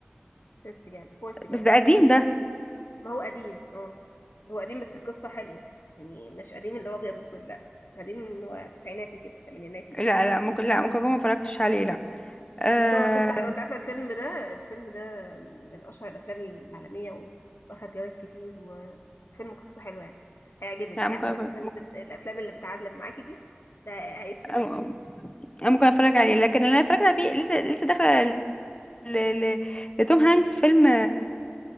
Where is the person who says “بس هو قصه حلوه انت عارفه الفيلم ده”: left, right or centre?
Left